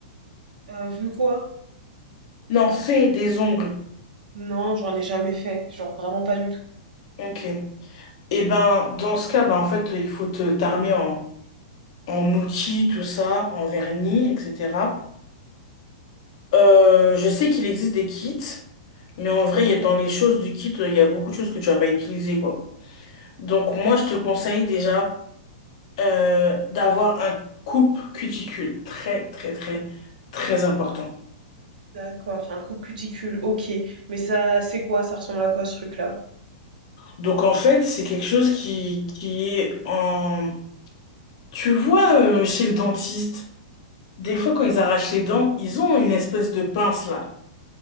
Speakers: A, on the right; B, on the left.
A: Euh, vu quoi?
B: Non, fais des ongles.
A: Non, j'en ai jamais fait. Genre, vraiment pas du tout.
B: Ok. Et ben, dans ce cas, ben, en fait, il faut te t'armer en, en outils, tout ça, en vernis, etc. Euh, je sais qu'il existe des kits. Mais en vrai, il y a- dans les choses du kit, il y a beaucoup de choses que tu vas pas utiliser, quoi. Donc moi, je te conseille déjà euh, d'avoir un coupe cuticule. Très, très, très, très important.
A: D'accord, un coup de cuticule, ok. Mais ça, c'est quoi? Ça ressemble à quoi ce truc-là?
B: Donc en fait, c'est quelque chose qui, qui est en... Tu vois, euh, chez le dentiste, des fois quand ils arrachent les dents, ils ont une espèce de pince là,